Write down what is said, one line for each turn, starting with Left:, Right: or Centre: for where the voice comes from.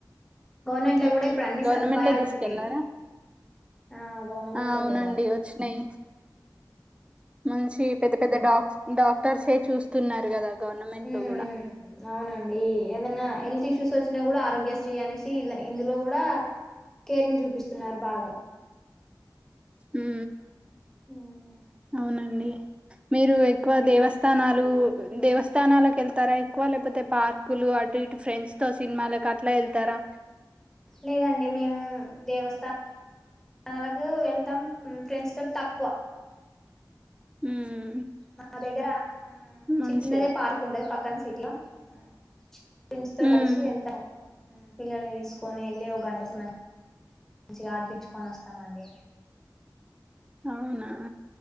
Centre: గవర్నమెంట్ లో
Right: ఉమ్,
Centre: కూడా ఇప్పుడు అన్ని
Right: గవర్నమెంటే
Centre: సదుపాయాలు వచ్చినయి.
Right: తీసుకెళ్లారా
Centre: ఆ గవర్నమెంటే
Right: ఆ అవునండి
Centre: వెళ్ళారండి.
Right: వచ్చినాయి మంచి పెద్ద పెద్ద డాక్ డాక్టర్సే చూస్తున్నారు కదా గవర్నమెంట్
Centre: ఊ
Right: లో కూడా
Centre: ఊ అవునండి ఏదన్నా హెల్త్ చూసి వచ్చినా కూడా ఆరోగ్యశ్రీ అనేసి ఇలా ఇందులో కూడా కేరింగ్ చూపిస్తున్నారు బాగా
Right: ఊ
Centre: ఉమ్
Right: అవునండి. మీరు ఎక్కువ దేవస్థానాలు దేవస్థానాలకు వెళ్తారా ఎక్కువ లేకపోతే పార్కులు అటు ఇటు ఫ్రెండ్స్ తో సినిమాలకట్లా వెళ్తారా
Centre: లేదండి మేము దేవస్థానాలకు వెళ్దాం ఫ్రెండ్స్ తోటి తక్కువ
Right: ఉమ్
Centre: మా దగ్గర ఆ
Right: మంచిగా
Centre: చిన్నదే పార్కు ఉండ పక్కన సీట్లా ఆ ఫ్రెండ్స్ తో
Right: ఉమ్
Centre: కలిసి వెళ్తా పిల్లల్ని తీసుకొని వెళ్ళి ఒక గంట మంచిగా ఆడిపిచ్చుకొని వస్తామండి.
Right: అవునా